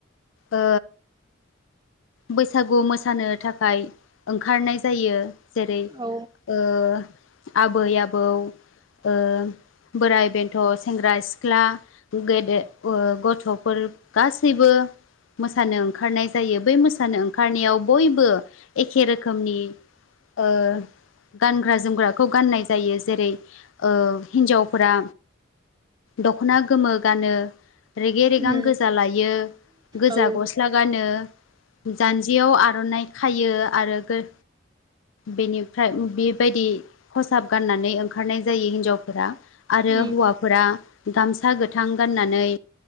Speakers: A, on the left; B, on the right.
A: ओ बैसागु मोसानो थाखाय ओंखारनाय जायो। जेरै
B: औ
A: ओ आबै आबौ ओ बोराइ बेन्थ' सेंग्रा सिख्ला गेदे ओ गथ'फोर गासैबो मोसानो ओंखारनाय जायो बे मोसानो ओंखारनायाव बयबो एखे रोखोमनि ओ गानग्रा जोमग्राखौ गाननाय जायो जेरै ओ हिन्जावफोरा दख'ना गोमो गानो। रेगे रेगां
B: उम
A: गोजा लायो गोजा
B: औ उम
A: गस्ला
B: उम
A: गानो। जान्जियाव आर'नाइ खायो आरो गोर बेनिफाय बेबायदि खसाब गाननानै ओंखारनाय जायो हिनजावफोरा आर रो
B: उम
A: हौवाफोरा गामसा गोथां गाननानै